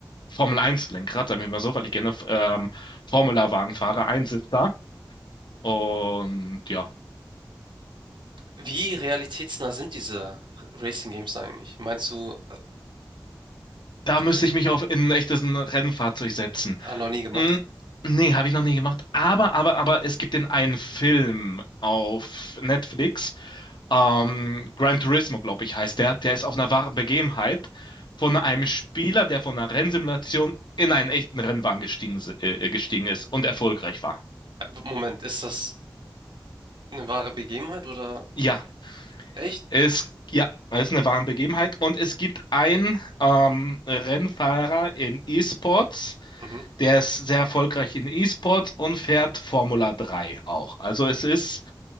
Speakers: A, on the left (about 70°); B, on the right (about 80°).
A: formel Eins lenkrad sagen wir mal so, weil ich gerne ähm, Formula-Wagen fahre, Einsitzer. Und ja.
B: Wie realitätsnah sind diese Racing Games eigentlich? Meinst du,
A: Da müsste
B: k-
A: ich mich auf in ein echtes Rennfahrzeug setzen.
B: ah, noch nie gemacht?
A: Hm, nee, habe ich noch nie gemacht. Aber, aber, aber es gibt den einen Film auf Netflix. Ähm, Gran Turismo, glaube ich, heißt der. Der ist auf einer wahren Begebenheit von einem Spieler, der von einer Rennsimulation in einen echten Rennwagen gestiegen, si- äh, äh, gestiegen ist und erfolgreich war.
B: Äh, Moment, ist das eine wahre Begebenheit oder
A: Ja,
B: echt?
A: es, ja, es ist eine wahre Begebenheit. Und es gibt einen ähm, Rennfahrer in E-Sports.
B: Mhm.
A: Der ist sehr erfolgreich in E-Sport und fährt Formula 3 auch. Also es ist